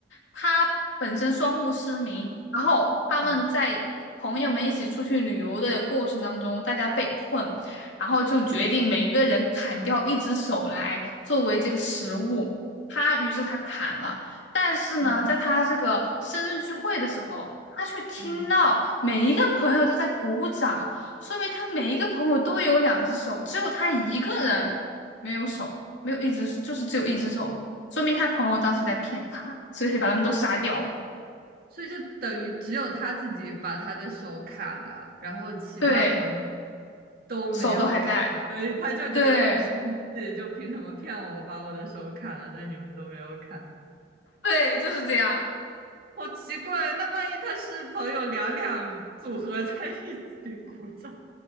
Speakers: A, on the left; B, on the right.
A: 他本身双目失明，然后他们在朋友们一起出去旅游的过程当中，
B: 嗯
A: 大家被困，然后就决定每个人砍掉一只手来作为这个食物。
B: 嗯
A: 他于是他砍了，但是呢，
B: 嗯
A: 在他这个生日聚会的时候，他却听到每一个朋友都在鼓掌。
B: 嗯。嗯
A: 说明他每一个朋友都有两只手，只有他一个人没有手，没有一只，就是只有一只手，说明他朋友当时在骗他，所以他把他们都杀掉了。
B: 所以就等于只有他自己把他的手砍了，然后其他朋友
A: 对，
B: 都没有砍，
A: 手都还在，
B: 所以他就觉得很生气，
A: 对，
B: 就凭什么骗我把我的手砍了，但你们都没有砍，
A: 对，就是这样，
B: 好奇怪。那万一他是朋友两两组合在一起鼓掌，